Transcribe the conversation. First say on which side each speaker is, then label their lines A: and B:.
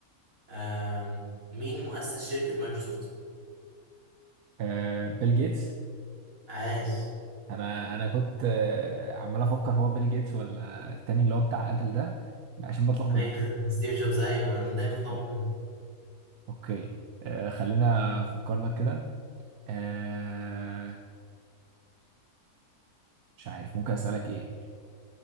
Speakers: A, on the right (about 65°); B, on the right (about 85°).
A: آم، مين مؤسس شركة مايكروسوفت؟
B: آه بيل جيتس
A: عاش
B: انا انا كنت آه، عمال افكر هو بيل جيتس ولا التاني اللي هو بتاع ابل ده عشان بتلخبط
A: ايوه <laughs> ستيف جوبز ايوه انا دايما بتلخبط
B: آه،
A: بينهم.
B: اوكي آه، خلينا فكرنا كده آه، مش عارف ممكن اسالك ايه